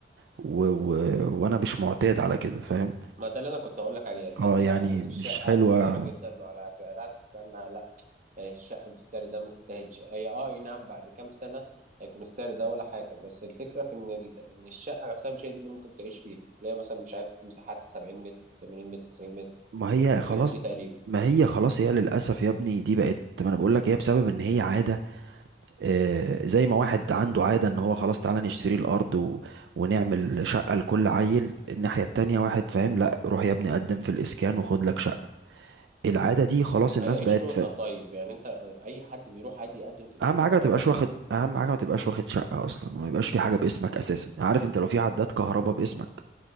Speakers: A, on the right; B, on the right.
A: و... و... وانا مش معتاد على كده فاهم
B: ما ده اللي انا كنت اقول لك عليه انت
A: اه
B: هتلاقي
A: يعني
B: اصلا
A: مش
B: الشقه
A: حلوه
B: صغيره جدا وعلى سعرها تحس انها لا يعني الشقه بالسعر ده ما تستاهلش هي اه أي نعم بعد كام سنه هيكون السعر ده ولا حاجه بس الفكره في ان ال... ان الشقه نفسها مش هي دي اللي ممكن تعيش فيها تلاقي مثلا مش عارف مساحات 70 متر 80 متر 90 متر
A: ما هي
B: الحدود
A: خلاص
B: دي تقريبا
A: ما هي خلاص هي للاسف يا ابني دي بقت ما انا بقول لك هي بسبب ان هي عاده آه زي ما واحد عنده عاده ان هو خلاص تعالى نشتري الارض و... ونعمل شقه لكل عيل الناحيه التانية واحد فاهم لا روح يا ابني قدم في الاسكان وخد لك شقه العاده دي خلاص الناس
B: هي
A: بقت
B: ايه شروطها طيب يعني انت آه، اي حد بيروح عادي يقدم في الاسكان
A: اهم حاجه ما
B: ما
A: تبقاش
B: هو ممتاز
A: واخد اهم حاجه ما تبقاش واخد شقه اصلا وما يبقاش في حاجه باسمك اساسا عارف انت لو في عداد كهرباء باسمك